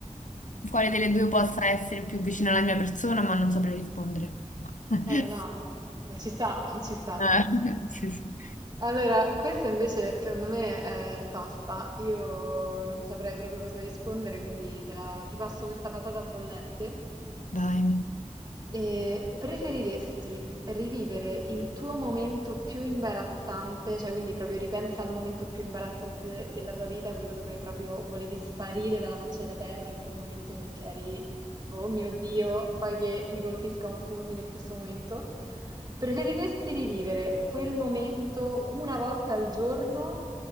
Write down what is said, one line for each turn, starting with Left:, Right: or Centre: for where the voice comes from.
Left: quale delle due possa essere più vicina alla mia persona, ma non saprei rispondere. <laughs>
Right: Eh no, eh, ci sta, <laughs> ci sta.
Left: Eh, sì, sì.
Right: Allora, questa invece secondo me è tosta. Io non saprei proprio cosa rispondere, quindi te la- ti passo questa patata bollente
Left: Vai.
Right: e preferiresti rivivere il tuo momento più imbarazzante, cioè quindi proprio ripensa al momento più imbarazzante de- della tua vita, quello dove proprio volevi sparire dalla faccia della terra in quel momento perché eri tipo, oh mio Dio, fai che mi colpisca un fulmine in questo momento? Preferiresti rivivere quel momento una volta al giorno